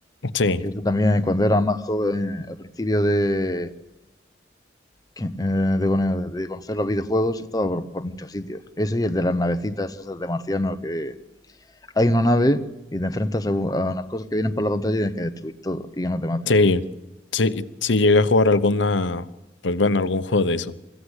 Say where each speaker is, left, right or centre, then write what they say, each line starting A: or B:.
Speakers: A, on the left; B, on the left.
A: sí.
B: Que eso también cuando era más joven, al principio de, que- eh, de, cono- de conocer los videojuegos, estaba por, por muchos sitios. Ese y el de las navecitas esas de marcianos que, hay una nave y te enfrentas a, unas cosas que vienen por la pantalla y tienes que destruir todo y que no te maten.
A: Sí, sí, sí llegué a jugar alguna, pues bueno, algún juego de eso.